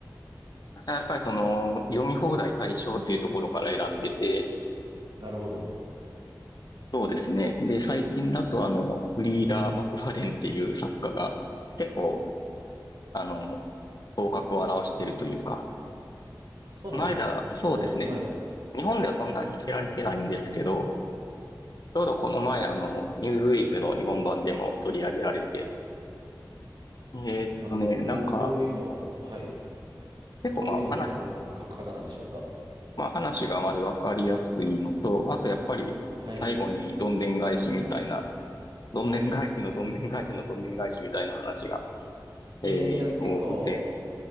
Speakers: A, on the left (about 60°); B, on the right (about 80°).
A: やっぱりその、
B: の、
A: 読み放題対象っていうところから選んでて、
B: なるほど。
A: そうですね。で、最近だとあの、フリーダ・マクファレンっていう作家が、結構、あの、頭角を現してるというか、
B: あ、そうなんです。
A: この間、
B: えっと、
A: そうですね。
B: はい。
A: 日本ではそんなに知られてないんですけど、ちょうどこの前、あの、ニューズウィークの日本版でも取り上げられて、えーっとね、
B: なるほど。
A: なんか、
B: どう、どういうのを、はい。
A: 結構まあ話、
B: どういうのを書く、書く方なんでしょうか。
A: まあ話がまずわかりやすいのと、あとやっぱり最後にどんでん返しみたいな、
B: はい。
A: どんでん返しのどんでん返しのどんでん返しみたいな話が、
B: へえ、
A: えー多くて、
B: じゃあ結構、